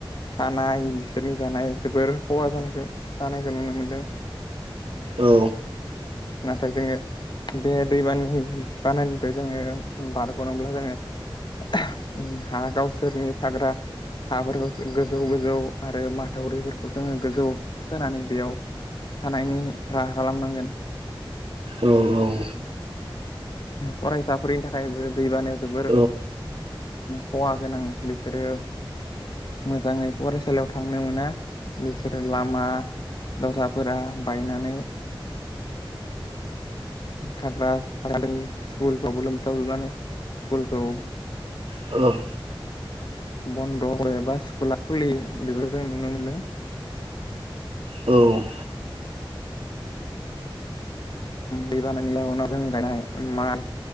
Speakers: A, on the left; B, on the right.
A: थानाय बिसोरनि जानाय जोबोर खहा जानायखौ जानायखौ नुनो मोनदों।
B: औ।
A: नाथाय जोङो बे दैबानि बानानिफ्राय जोङो बारग'नोब्ला जोङो। हा गावसोरनि थाग्रा हाफोरखौ गोजौ गोजौ आरो माथावरिफोरखौ जोङो गोजौ खोनानै बेयाव थानायनि राहा खालामनांगोन
B: औ औ
A: फरायसाफोरनि थाखायबो दैबानाया जोबोर
B: औ उम औ
A: खहा गोनां बेसो रो मोजाङै फरायसालियाव थांनो मोना बेसोरो लामा दथाफोरा बायनानै थाग्रा गामिनि स्कुलखौबो लोमसावजोबनानै स्कुलखौ
B: औ
A: बन्द' एबा स्कुला खुलियै बेखौ जों नुनो मोनदों
B: औ
A: दै बानानि जाउनाव जों गायनाय माइ